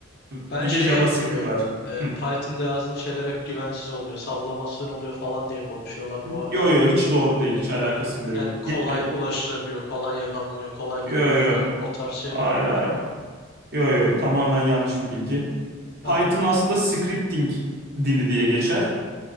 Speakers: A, on the right; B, on the left.
A: Bir
B: ben şeyi
A: de JavaScript
B: hep duyuyorum.
A: var.
B: E,
A: Hı.
B: Python'da yazdığın şeyler hep güvensiz oluyor. Sallamasyon oluyor falan diye konuşuyorlar bu aralar.
A: Yo yo hiç doğru değil. Hiç alakası bile
B: Yani
A: yok. Yani,
B: kolay ulaşılabiliyor, kolay yakalanıyor, kolay kırılıyor.
A: yo yo.
B: O tarz şeyler
A: Hayır
B: diyorlar
A: hayır.
B: ama.
A: Yo yo tamamen yanlış bir bilgi. Python
B: Hı hı.
A: aslında scripting dili diye geçer.